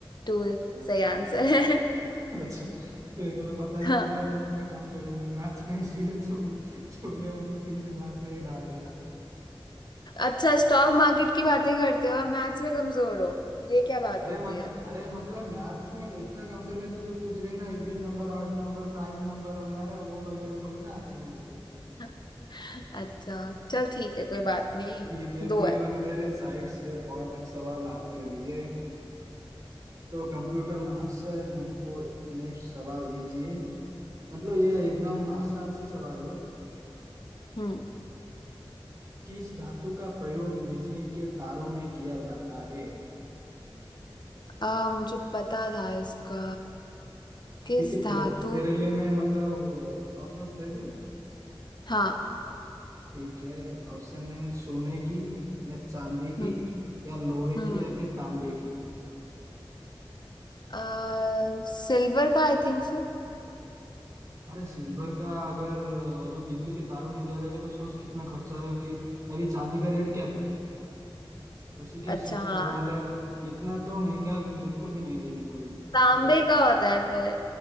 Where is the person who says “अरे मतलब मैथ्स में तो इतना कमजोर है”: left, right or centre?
Right